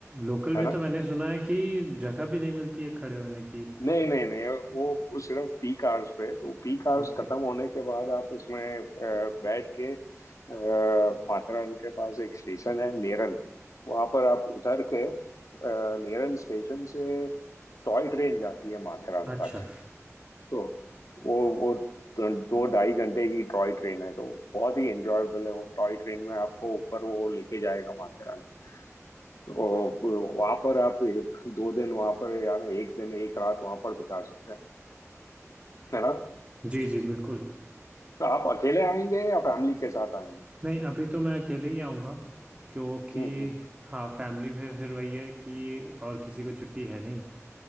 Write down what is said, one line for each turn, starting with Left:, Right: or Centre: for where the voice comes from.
Right: लोकल में
Left: है ना
Right: तो मैंने सुना है कि जगह भी नहीं मिलती है खड़े होने की
Left: नहीं नहीं नहीं वो वो सिर्फ पीक आवर्स पे है। तो पीक आवर्स
Right: ओके
Left: खत्म होने के बाद आप इसमें अ, बैठ के अ, माथेरान के पास एक स्टेशन है नेरल वहां पर आप उतर के अ, नेरल स्टेशन से टॉय ट्रेन जाती है माथेरान
Right: अच्छा
Left: तक तो वो वो दो दो ढाई घंटे की टॉय ट्रेन है तो बहुत ही एंजॉयबल है वो टॉय ट्रेन में आपको ऊपर वो लेके जाएगा माथेरान तो वहां पर आप दो दिन वहां पर यानी एक दिन एक रात वहां पर बिता सकते हैं है ना
Right: जी जी बिल्कुल
Left: तो आप अकेले आएंगे या फैमिली के साथ आएंगे
Right: नहीं अभी तो मैं अकेले ही आऊँगा क्योंकि
Left: हम्म
Right: हाँ फैमिली में फिर वही है कि और किसी को छुट्टी है नहीं